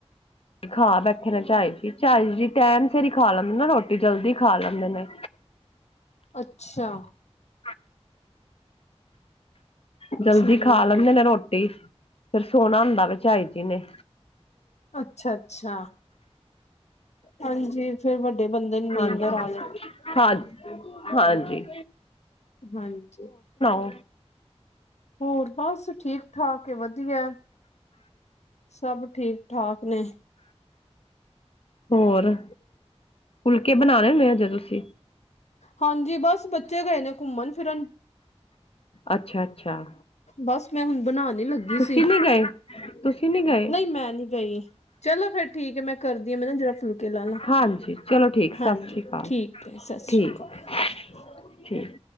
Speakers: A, on the left (about 60°); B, on the left (about 85°).
A: ਖਾ ਬੈਠੇ ਨਾ ਝਾਈ ਝਾਈ ਹੀ ਟੈਮ ਸਿਰ ਹੀ ਖਾ ਲੇਦੇਂ ਉਹ ਨਾ ਰੋਟੀ ਜਲਦੀ ਖਾ ਲੈਂਦੇ ਨੇ
B: ਅੱਛਾ
A: <unintelligible> ਜਲਦੀ
B: ਠੀਕ
A: ਖਾ ਲੈਂਦੇ ਨੇ ਰੋਟੀ ਫੇਰ ਸੋਣਾ ਹੁੰਦਾ ਝਾਈ ਜੀ ਨੇ
B: ਅੱਛਾ ਅੱਛਾ ਹਾਂਜੀ ਫਿਰ ਵੱਡੇ ਬੰਦੇ ਨੀਂਦਰ
A: ਹਾਂਜੀ
B: ਆ ਜਾ
A: ਹਾਂ ਹਾਂਜੀ
B: ਹਾਂਜੀ
A: ਹ
B: ਹੋਰ ਬਸ ਠੀਕ ਠਾਕ ਵਧੀਆ ਸਭ ਠੀਕ ਠਾਕ ਨੇ
A: ਹੋਰ ਫੁਲਕੇ ਬਣਾਣੇ ਹੁੰਦੇ ਆ ਜਦੋਂ ਠੀਕ
B: ਹਾਂਜੀ ਬਸ ਬੱਚੇ ਗਏ ਨੇ ਘੁੰਮਣ ਫਿਰ
A: ਅੱਛਾ ਅੱਛਾ
B: ਬਸ ਮੈਂ ਹੁਣ ਬਣਾ ਨੀ ਲੱਗੀ
A: ਤੁਸੀਂ
B: ਸੀ
A: ਨੀ ਗਏ ਤੁਸੀਂ ਨੀ ਗਏ
B: ਨਹੀਂ ਮੈਂ ਨਹੀਂ ਗਈ ਚਲੋ ਫੇਰ ਠੀਕ ਹੈ ਮੈਂ ਕਰਦੀ ਹਾਂ ਮੈਂ ਨਾ ਜਰਾ ਫੁਲਕੇ ਲਾ ਲਾ
A: ਹਾਂਜੀ ਚਲੋ ਠੀਕ
B: ਹਾਂਜੀ
A: ਸਤਿ ਸ੍ਰੀ ਅਕਾਲ
B: ਠੀਕ ਹੈ ਸਤ
A: ਠੀਕ
B: ਸ੍ਰੀ ਅਕਾਲ
A: ਠੀਕ